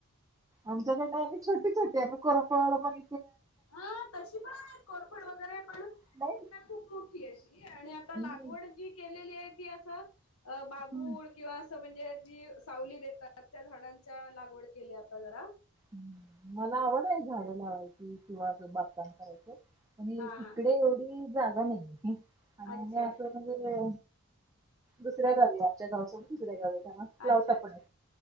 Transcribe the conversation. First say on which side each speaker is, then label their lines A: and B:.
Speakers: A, on the right (about 15°); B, on the left (about 75°).
A: आमच्याकडे आहे छोटी त्यानं करा पळला पण
B: हा तशी पण नाही कोरपड वगैरे पण
A: नाही
B: खूप मोठी अशी आणि आता
A: मी-
B: लागवड जी केलेली आहे अस बाबू
A: हं.
B: किंवा अस म्हण ज जी सावली देतात त्या झाडांच्या लागवड केली आपण जरा
A: ह मला आवड आहे झाडे लावायची किंवा बागकाम करायची आणि
B: हा हा
A: इकडे एवढी जागा नाही आणि
B: अच्छा
A: असं म्हणजे दुसऱ्या गावी आमच्या गावसोर दुसऱ्या गाव त्या
B: अच्छा
A: लावता
B: अच्छा
A: पण